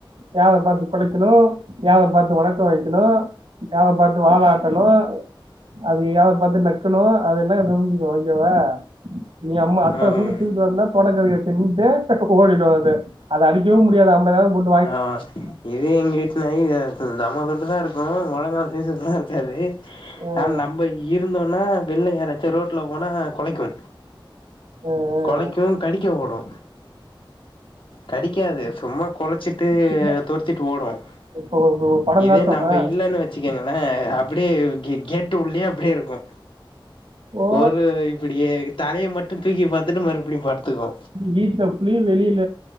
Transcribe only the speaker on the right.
யாரா பாத்து குலைக்கணு, யாரா பாத்து வணக்க வைக்கணு, யாரை பாத்து வால ஆட்டனு, அது பாத்து நக்கனு அது எல்லா தெரிஞ்சுக்கு ஓகேவா, நீ அம்மா அத்ததுண்டு
தூக்கிட்டு வந்தா தொடக்கரிய தின்னுட்டு ஓடிடு அது, அத அடிக்கவு முடியாது அம்பதாயிரம் போட்
ம்
ம்
ம்
சும்மா
இப்ப ஒரு படோ
காட்டு
ஆ
ஓ
வீட்ல புலி வெளில